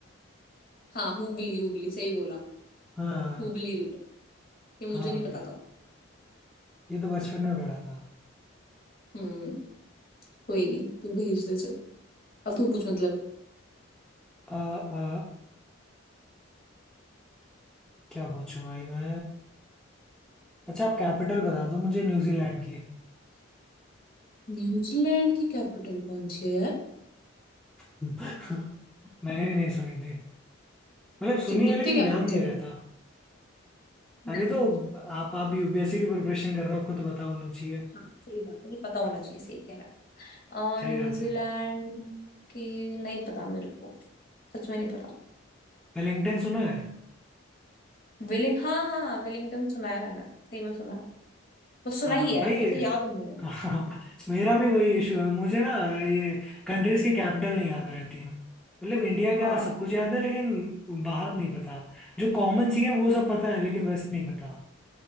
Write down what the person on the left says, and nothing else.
हाँ हुगली हुगली सही बोला
हुगली रिवर ये
मुझे नहीं
पता था
हम्म कोई नहीं तू भेज दे चल अब तू पूछ मतलब
न्यूजीलैंड की कैपिटल कौन सी है यार
तू मुझसे
क्या
पूछ
रहा
है हम्म,
हाँ सही बात है ये पता होना चाहिए सही कह रहा है
अ, न्यूजीलैंड
की नहीं पता मेरे को सच में नहीं पता
वेलिंग हाँ हाँ हाँ वेलिंगटन सुना है मैंने सही में सुना है बस सुना
ही है
ऐसे याद नहीं है
हाँ